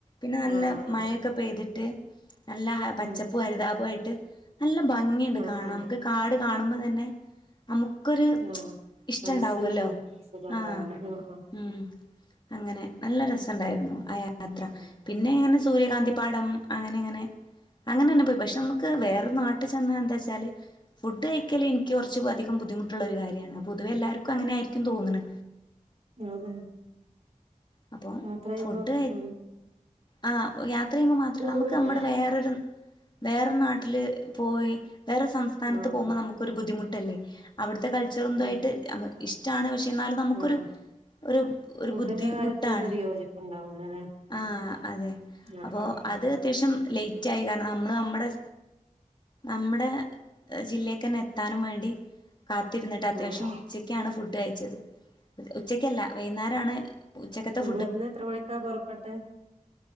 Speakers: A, on the left; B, on the right.
A: ഇന്ന് നല്ല
B: ആഹ് അത്
A: മഴക്കെ
B: ശരി
A: പെയ്തി ട്ട് നല്ല പച്ചപ്പൂ
B: ഉം
A: ഹരിതാപൂആയിട്ട് നല്ല ഭംഗിയുണ്ട്
B: ആഹ്
A: കാണാം
B: ആഹ്
A: നമുക്ക് കാട് കാണുമ്പോ തന്നെ നമുക്കൊരു ഇഷ്
B: ആഹ്
A: ഇഷ്ട്ടാണ്ടാവോല്ലോ
B: മനസ്സിനൊരു സുഖം ഉണ്ടാവുല്ലേ
A: ആ
B: ആഹ് ആഹ്
A: ഉംഅങ്ങനെ നല്ല ര ത്തണ്ടായിരുന്നു ആ യാത്ര
B: ഉം
A: പിന്നെ ഇങ്ങനെ സൂര്യകാന്തി പാഠം അങ്ങനെ അങ്ങനെ അങ്ങനെന്നെ പോയി പക്ഷെ അമ്മക്ക് വേറെ നാട്ടി ചെന്ന എന്താച്ചാല് ഫുഡ് കഴിക്കല് ഇനിക്ക് കുറച്ചധികം ബുദ്ധിമുട്ടുള്ളരു കാര്യാണ് അ പൊതുവെ എല്ലാർക്കും അങ്ങനെ ആയിരിക്കും തോന്ന്ണ്
B: ഉം ഉം
A: അപ്പൊ
B: യാത്രയുമ്പം
A: ഫുഡ് കയി
B: ഉം
A: ആ ഓ യാ ത്രയുമ്പോ മാത്രാ അമ്മക്ക്
B: ആഹ്
A: അമ്മടെ വേറൊരു വേറെ നാട്ടില് പോയി വേറെ സംസ്ഥാനത്ത്
B: ആഹ്
A: പോകുമ്പോ നമുക്കൊരു ബുദ്ധിമുട്ട് ട്ടല്ലേ അവിടു ത്തെ കൾച്ചറും എന്തുമായിട്ട്
B: ഉം
A: നമുക്ക് ഇഷ്ടം ഷ്ടാണ് പക്ഷെ എന്നാലും നമുക്കൊരു
B: ആഹ്
A: ഒരു ഒരു
B: ഫുഡിന്റെ
A: ബുദ്ധിമു
B: കാര്യത്തിലൊന്നൊരു
A: ട്ടാണ്
B: യോജിപ്പുണ്ടാവൂലല്ലേ
A: ആഹ് അതെ
B: ആഹ്
A: അപ്പോ
B: ആഹ്
A: അത്
B: ഉം
A: അത്യാവശ്യം ലേറ്റ് ആയ കാരണം നമ്മൾ നമ്മുടെ നമ്മുടെ ജില്ലെക്ക് തന്നെ എത്താനും വേണ്ടി കാത്തിരുന്നിട്ട് അത്യാവശ്യം
B: ആഹ്
A: ഉച്ചക്കാണ് ഫുഡ് ഫുഡ് കയിച്ചത് ഉച്ചക്കല്ല വൈന്നേരാണ് ഉച്ചക്കത്തെ
B: ഇവിട്ന്ന് എത്ര മണിക്കാ പൊറപ്പെട്ടെ?